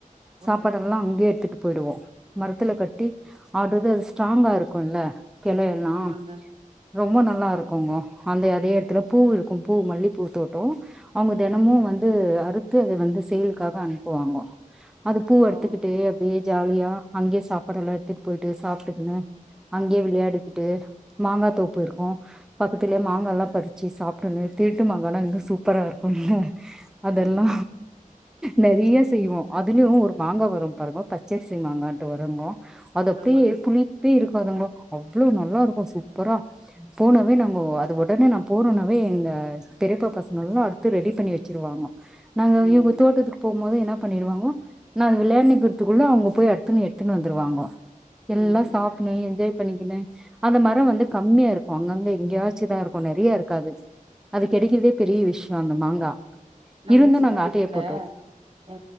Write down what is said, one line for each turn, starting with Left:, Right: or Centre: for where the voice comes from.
Centre: சாப்பாடெல்லா
Right: ஓ
Centre: அங்கயே எடுத்துட்டு போயிடுவோ மரத்துல கட்டி ஆட்றது அது ஸ்ட்ராங்காருக் குல்ல கெளையெல்லா
Right: ஆமாங்க
Centre: ரொம்ப நல்லாருக்கோங்கு அந்த அதே எடத்துல பூவு இருக்கு பூ மல்லி பூ தோட்டோ அவுங்க தெனமு
Right: ம்
Centre: வந்து அறுத்து அத வந்து சேல்க்காக அனுப்புவாங்கோ அது பூ
Right: ஓ
Centre: எடுத்துக்கிட்டே அப்டியே ஜாலியா அங்யே சாப்பாடெல்லா எடுத்துட் போயிட்டு சாப்ட்டுக்குன்னு அங்யே விளையாடிக்கிட்டு மாங்கா தோப்பு இருக்கோ பக்கத்துல
Right: ஓ
Centre: மாங்கால்லா பறிச் ச்சி சாப்பிடனனு திருட்டு மாங்கானா இன்னு சூப்பரா இருக்குல்ல அதெல்லா
Right: ஐயயோ
Centre: நெறையா செய்வோ அதுலயு ஒரு மாங்கா வரு பாருங்கோ பச்சரிசி மாங்கான்ட்டு வருங்கோ அதப்படியே
Right: ஆமாங்க
Centre: புளிப் ப்பே இருக்காதுங்க அவ்ளோ நல்லா இருக்கு சூப்பரா போனவே நாங்கோ அது உடனே நா போனனவே எங்க தெரியப்பா பசங்கெல்லா அடுத்து ரெடி பண்ணி வச்சுருவாங்க நாங்க
Right: ம்
Centre: இவுங்க தோட்டத்துக்கு போம் போது என்னாப் பண்ணிடுவாங்கோ நானு விளையாண்ணிக்கிறதுக்குள்ள அவங்க போய் அடுத்துன்னு எடுத்துன்னு வந்துருவாங்கோ எல்லா
Right: ம்
Centre: சா நி என்ஜாய் பண்ணிக்கினே அந்த மரவந்து கம்மியா இருக்கு அங்கங்க எங்கையாச்சுதா இருக்கு நெறைய இருக்காது அது கெடைக்கறதே பெரிய விஷயோ அந்த மாங்கா
Right: நாங்க
Centre: இருந்து
Right: சின்ன வயசுல
Centre: ஆட்டைய போட்ருவோ
Right: அ